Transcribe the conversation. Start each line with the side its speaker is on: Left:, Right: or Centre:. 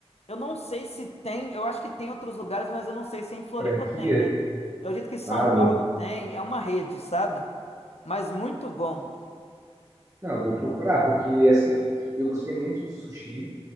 Left: Eu não sei se tem, eu acho que tem em outros lugares, mas eu não sei se em Floripa
Right: franquia?
Left: tem, né? Eu acredito que São
Right: Ah, vou.
Left: Paulo tem, é uma rede, sabe? Mas muito bom.
Right: Não, eu vou procurar, porque assim, eu gostei muito do sushi.